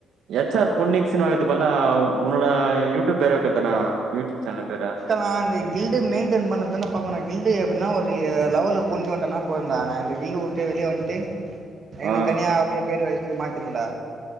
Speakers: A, on the right (about 75°); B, on the right (about 50°).
A: எச் ஆர் பொன்னிக் சினிமா வக்கிறது பதிலா உ உன்னோட யூடியூ பேரு வைக்கறதுதான யூடியூப் சேனல் பேர
B: நா இந்த கில்டு மெயின்டைன் பண்ணது பாக்கனு கில்டு எப்டின்னா ஒரு லெவலு கொண்டு வந்துட்டனா போதுடா நான் இந்த கில் வெளியே வந்துட்டு எனக்கு
A: ஆ
B: தனியா அப்டியே பேர் வச்சுட்டு மாத்திருவேண்டா